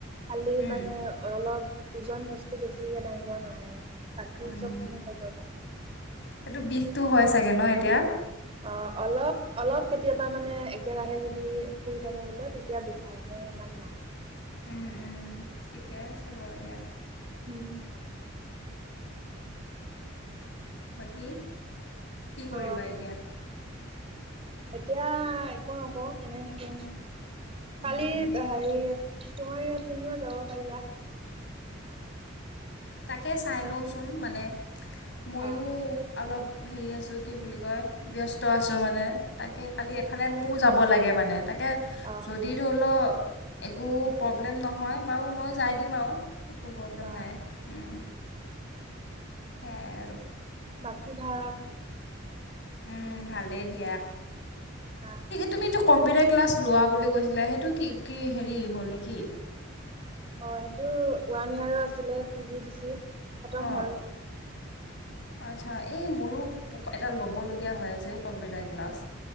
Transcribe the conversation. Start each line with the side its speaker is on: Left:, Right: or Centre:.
Right: খালি
Left: উম।
Right: মানে অলপ ওজন বস্তু বেছিকে দাঙিব নোৱাৰে আৰু বাকী
Left: উম,
Right: চবখিনি কৰিব পাৰে।
Left: সেইটো বিষটো হয় চাগে ন এতিয়া?
Right: অ, অলপ-অলপ কেতিয়াবা মানে একেৰাহে যদি শুই থাকে ধৰি লও তেতিয়া বিষাই। এনে ইমান নাই।
Left: উম, উম, ঠিকে আছে বাৰু দিয়া।
Right: উম,
Left: বাকী কি কৰিবা
Right: অ
Left: এতিয়া?
Right: এতিয়া একো নকওঁ এনে থাকিম।
Left: উম
Right: কালিত
Left: উম।
Right: হেৰি তোমাৰ তুমিও যাব পাৰিবা।
Left: তাকে চাই লওঁচোন, মানে ময়ো
Right: অ',
Left: অলপ হেৰি আছোঁ, কি বুলি কয়? ব্যস্ত আছোঁ, মানে তাকে কালি এফালে মোৰো যাব লাগে। মানে তাকে
Right: অ',
Left: যদি ধৰি লওক একো প্ৰব্লেম নহয় বাৰু মই যায় দিম আৰু। একো প্ৰব্লেম
Right: অ',
Left: নাই। উম, সেয়া আৰু।
Right: বাকী ভাল?
Left: উম, ভালেই দিয়া।
Right: আহ।
Left: তুমিতো কম্পিউটাৰ ক্লাছ লোৱা বুলি কৈছিলে সেইটো কি-কি হেৰি হ'ল নেকি?
Right: অ, সেইটো ওৱান ইয়াৰৰ আছিলে পি জি ডি চি খতম
Left: অঁ
Right: হ'ল।
Left: আচ্ছা, এই মোৰো এটা ল'বলগীয়া হৈ আছে কম্পিউটাৰ ক্লাছ।